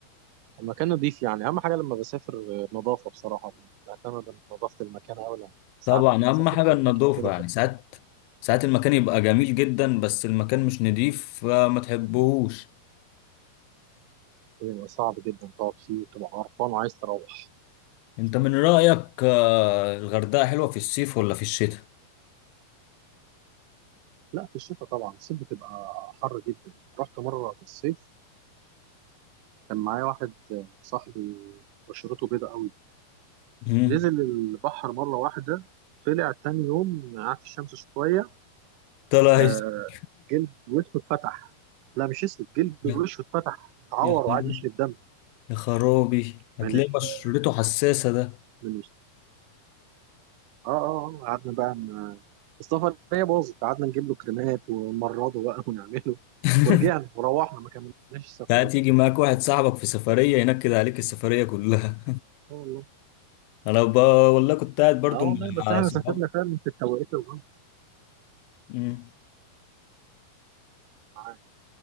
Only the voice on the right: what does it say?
المكان نظيف يعني اهم حاجه لما بسافر آه، نظافه بصراحه بهتم بنظافه المكان أوي لأن ساعات
سافرت
اماكن
كده كانت
بيبقى صعب جدا تقعد فيه وتبقى قرفان وعايز تروح
لا في الشتاء طبعا الصيف بتبقى حر جدا رحت مره في الصيف كان معايا واحد آه، صاحبي بشرته بيضاء قوي
نزل البحر مره واحده طلع تاني يوم قعد في الشمس شويه
آه
جلد وشه اتفتح لا مش اسود جلد
وشه اتفتح اتعور
وقعد
يشرب دم
من
ال...
من اه اه آه، قعدنا بقى ن- السفر هي باظت قعدنا نجيب له كريمات ونمرضه بقى <laughs> ونعمله
ورجعنا وروحنا ما كملناش السفرية
اه والله
اه والله بس
احنا
سافرنا فعلا في التوقيت الغلط
معاك